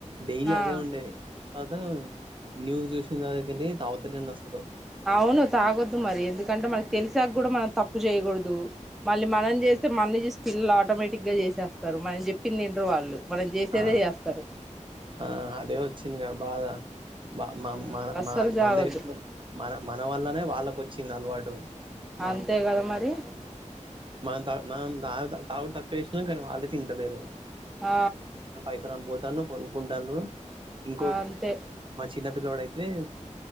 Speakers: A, on the right; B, in the centre.
A: డెలీ
B: ఆ
A: అదే ఉండేది తవాత న్యూూ <unintelligible> తాగుతున్న అసలు
B: అవును తాగొద్దు మరి ఎందుకంటే మనకి తెలి సగ్ కూడా మనం తప్పు చేయకూడదు మళ్ళి మనం చేస్తే మన్నీ పిల్లలు ఆటోమేటిక్ గా చేసేస్తారు మనం చెప్పింది వినర్రు వాళ్ళు మనం చేసేదే
A: ఆ
B: చేస్తారు
A: ఆ అదే వచ్చిందిగా బాద మ
B: ఆ
A: మ మన
B: అస్సలు
A: మన
B: తాగొద్దు
A: దగ్గర మన మన వల్లనే వాళ్ళకు వచ్చింది ఇన్ అలవాటు మ
B: అంతే కదా మరి
A: మనం త న తాగత తాగుడు తక్కువ చేశా కానీ వాళ్ళే తింటలేరు
B: ఆ
A: పైసరామ్ బో తను కొనుక్కుంటాను ఇంకోతి
B: అంతే
A: మా చిన లోడ్ అయితే